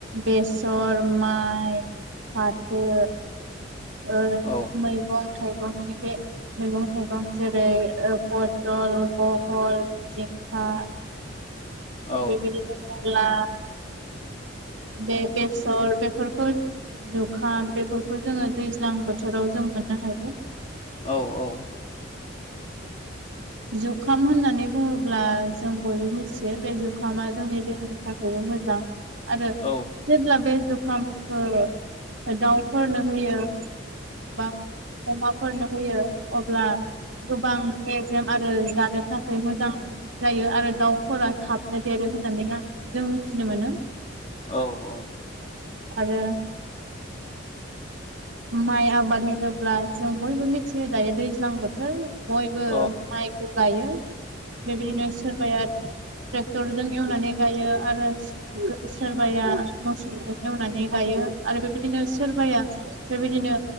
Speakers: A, on the right; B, on the left.
A: बेसर माइ फाथो ओ
B: औ
A: मैगं थाइगंनि बे मैगं थाइगं जेरै ओ पथल बहल जिंखा खा
B: औ
A: बेबायदि जेबोला बे बेसर बेफोरखौ जुखाम बेफोरखौ जोंङो दैज्लां बोथोराव जोंङो मोननो हागौ
B: औ औ
A: जुखाम जुखाम होननानै बुंङोब्ला जों बयबो मिथियो बे जुखामा जोंनि देहानि थाखायबो मोजां आरो
B: औ
A: जेब्ला बे जुखामखौ दाउफोरनो होयो बा अमाफोरनो होयो अब्ला गोबां आरो जानो थाखाय मोजां जायो आरो दाउफोरा थाबनो देरो होननानै जों मिथिनो मोनो
B: औ औ
A: आरो माइ आबाद होनोब्ला जों बयबो मिथियो दायो दैज्लां बोथोर बयबो
B: औ
A: माइखौ गायो बेबायदिनो सोरबाया ट्रेक्टरजों एवनानै गायो आरो सोरबाया मोसौजों एवनानै गायो आरो बेबायदिनो सोरबाया बेबायदिनो